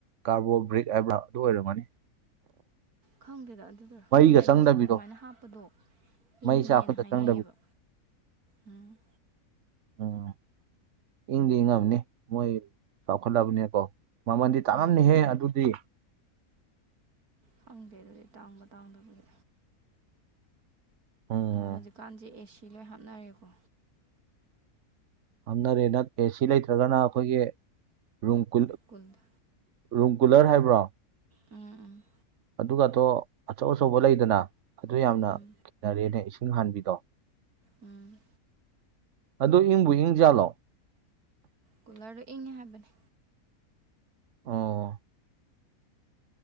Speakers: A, on the right; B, on the right.
A: ꯀꯥꯔꯕꯣꯕ꯭ꯔꯤꯛ ꯍꯥꯏꯕ꯭ꯔꯥ ꯑꯗꯨ ꯑꯣꯏꯔꯝꯃꯅꯤ
B: ꯈꯪꯗꯦꯗ ꯑꯗꯨꯗꯨ
A: ꯃꯩꯒ
B: ꯃꯣꯏ ꯑꯗꯨ
A: ꯆꯪꯗꯕꯤꯗꯣ
B: ꯑꯗꯨꯃꯥꯏꯅ ꯍꯥꯞꯄꯗꯣ ꯍꯤꯡꯉꯦꯅ
A: ꯃꯩ ꯆꯥꯛꯄꯗ
B: ꯍꯥꯏꯅꯩꯌꯦꯕ
A: ꯆꯪꯗꯕꯤꯗꯣ
B: ꯎꯝ
A: ꯎꯝ ꯏꯪꯗꯤ ꯏꯪꯉꯕꯅꯤ ꯃꯣꯏ ꯆꯥꯎꯈꯠꯂꯕꯅꯦꯀꯣ ꯃꯃꯜꯗꯤ ꯇꯥꯡꯅꯝꯅꯤꯍꯦ
B: ꯎꯝ
A: ꯑꯗꯨꯗꯤ
B: ꯐꯪꯗꯦ ꯑꯗꯨꯗꯤ ꯇꯥꯡꯕ ꯇꯥꯡꯗꯕꯗꯤ
A: ꯎꯝ
B: ꯑ ꯍꯧꯖꯤꯛꯀꯥꯟꯁꯦ ꯑꯦꯁꯤ ꯂꯣꯏ ꯍꯥꯞꯅꯔꯦꯀꯣ
A: ꯍꯥꯝꯅꯔꯦ ꯅ ꯑꯦꯁꯤ ꯂꯩꯇ꯭ꯔꯒꯅ ꯑꯩꯈꯣꯏꯒꯤ ꯔꯨꯝ ꯀꯨꯜ
B: ꯀꯨꯜꯗ
A: ꯔꯨꯝ ꯀꯨꯂꯔ ꯍꯥꯏꯕ꯭ꯔꯣ
B: ꯎꯝ ꯎꯝ
A: ꯑꯗꯨꯒꯗꯣ ꯑꯆꯧ ꯑꯆꯧꯕ ꯂꯩꯗꯅ ꯑꯗꯨ ꯌꯥꯝꯅ
B: ꯎꯝ
A: ꯈꯦꯅꯔꯦꯅꯦ ꯏꯁꯤꯡ ꯍꯥꯟꯕꯤꯗꯣ
B: ꯎꯝ
A: ꯑꯗꯨ ꯏꯪꯕꯨ ꯏꯪꯖꯥꯠꯂꯣ
B: ꯀꯨꯂꯔꯗꯨꯣ ꯏꯪꯅꯦ ꯍꯥꯏꯕꯅꯦ
A: ꯑꯣ